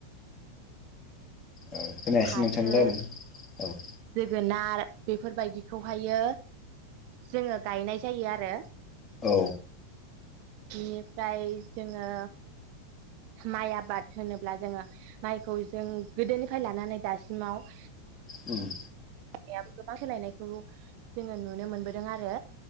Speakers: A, on the left; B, on the right.
A: ओ खोनायासै
B: फाथो
A: नोंथांनि रायलायनाय औ।
B: जोगोनार बेफोरबायदिखौहायो जोङो गायनाय जायो आरो।
A: औ
B: बिनिफ्राय जोङो माइ आबाद होनोब्ला जोङो माइखौ जों गोदोनिफ्राय लानानै दासिमाव
A: उम।
B: नायाबो गोबां सोलायनायखौ जोङो नुनो मोनबोदों आरो।